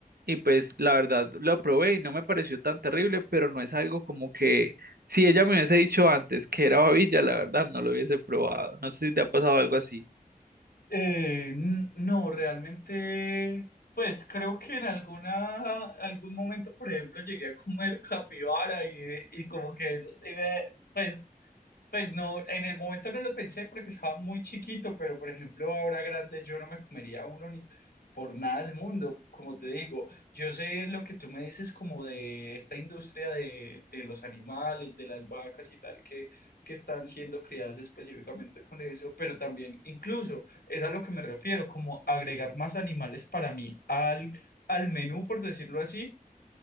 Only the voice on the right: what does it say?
Y pues la verdad lo probé y no me pareció tan terrible, pero no es algo como que si ella me hubiese dicho antes que era babilla, la verdad no lo hubiese probado. No sé si te ha pasado algo así.